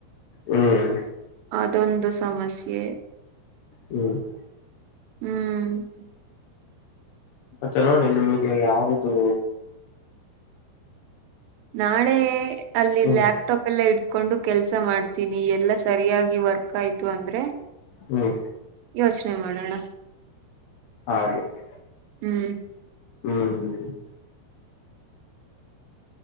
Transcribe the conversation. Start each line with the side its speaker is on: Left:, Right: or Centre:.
Left: ಹ್ಮ್
Right: ಅದೊಂದು ಸಮಸ್ಯೆ.
Left: ಹ್ಮ್ <unintelligible>
Right: ಹ್ಮ್
Left: ಮತ್ತೆ ನೋಡಿ ನಿಮ್ಗೆ ಯಾವ್ದೂ
Right: ನಾಳೆ ಅಲ್ಲಿ
Left: ಹ್ಮ್
Right: ಲ್ಯಾಪ್ಟಾಪ್ ಎಲ್ಲ ಇಟ್ಕೊಂಡು ಕೆಲ್ಸ ಮಾಡ್ತೀನಿ ಎಲ್ಲಾ ಸರಿಯಾಗಿ ವರ್ಕ್ ಆಯ್ತು ಅಂದ್ರೆ
Left: ಹ್ಮ್
Right: ಯೋಚನೆ ಮಾಡೋಣ.
Left: ಅದು <unintelligible>
Right: ಹ್ಮ್
Left: ಹ್ಮ್ <inaudible>